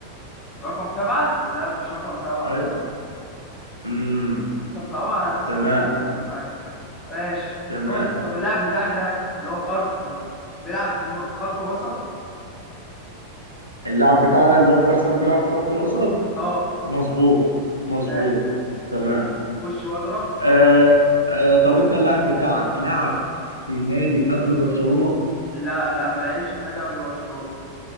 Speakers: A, on the left; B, on the right.
A: رقم سبعة لا مش رقم سبعة
B: ايوه
A: خالص
B: امم
A: انت مصعبها على نفسك
B: تمام
A: كده ليه يا عم الحاج ماشي
B: تمام
A: بص طب اللاعب بتاعك ده اللي هو في ارسنال بيلعب في النق- في خط الوسط
B: اللاعب بتاعنا اللي هو في ارسنال بيلعب في خط الوسط
A: اه
B: مظبوط مظبوط
A: ماشي
B: تمام
A: خش بقى دورك
B: آه آه طب انت اللاعب بتاعك لعب في نادي قبل برشلونة
A: لا لا ما لعبش في نادي قبل برشلونة